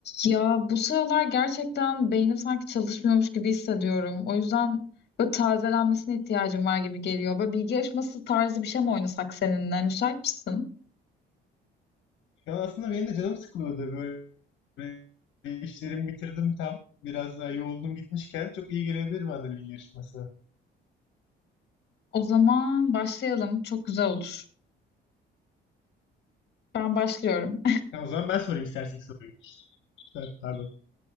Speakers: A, on the left (about 60°); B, on the left (about 75°).
A: Ya bu sıralar gerçekten beynim sanki çalışmıyormuş gibi hissediyorum. O yüzden böyle tazelenmesine ihtiyacım var gibi geliyor. Böyle bilgi yarışması tarzı bir şey mi oynasak seninle? Müsait misin?
B: Şu an aslında benim de canım sıkılıyordu böyle, böyle işlerimi bitirdim tam. Biraz daha yoğunluğum gitmişken çok iyi gelebilir bana bilgi yarışması.
A: O zaman başlayalım. Çok güzel olur. Ben başlıyorum.
B: Tamam, o zaman ben sorayım istersen ilk soruyu. Evet, Pardon.